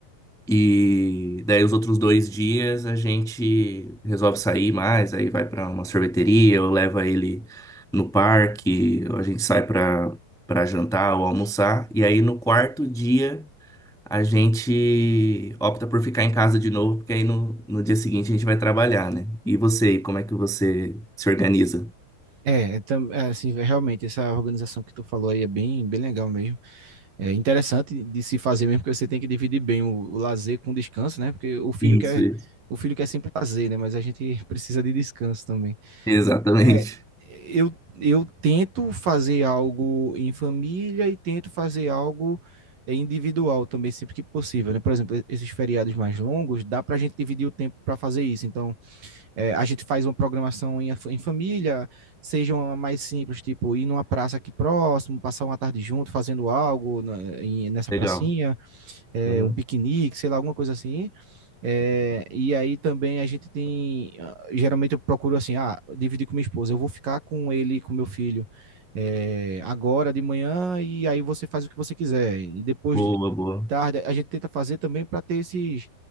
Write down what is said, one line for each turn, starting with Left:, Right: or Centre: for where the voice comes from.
Centre: E daí os outros dois dias a gente resolve sair mais, aí vai pra uma sorveteria, eu levo ele no parque, ou a gente sai pra para jantar ou almoçar. E aí no quarto dia a gente opta por ficar em casa de novo, porque aí no, no dia seguinte a gente vai trabalhar, né? E você, como é que você se organiza?
Right: É, é tam- é, assim, é, realmente, essa organização que tu falou aí é bem, bem legal mesmo. É interessante de se fazer mesmo, porque você tem que dividir bem o, o lazer com o descanso, né? Porque o filho
Centre: Isso,
Right: quer,
Centre: isso.
Right: o filho quer sempre lazer, né? Mas a gente <laughs> precisa de descanso também.
Centre: Exatamente.
Right: É, eu, eu tento fazer algo em família e tento fazer algo é, individual também, sempre que possível, né? Por exemplo, esses feriados mais longos, dá pra gente dividir o tempo para fazer isso. Então, é, a gente faz uma programação em, em família, seja uma mais simples, tipo ir numa praça aqui próximo, passar uma tarde junto fazendo algo na- em- nessa pracinha,
Centre: Legal.
Right: é,
Centre: Uhum.
Right: um piquenique, sei lá, alguma coisa assim. É, e aí também a gente tem. ah, Geralmente eu procuro assim, ah, dividir com minha esposa, eu vou ficar com ele, com meu filho. é, agora de manhã, e aí você faz o que você quiser. E depois
Centre: Boa,
Right: de
Centre: boa.
Right: tarde, a gente tenta fazer também para ter esses,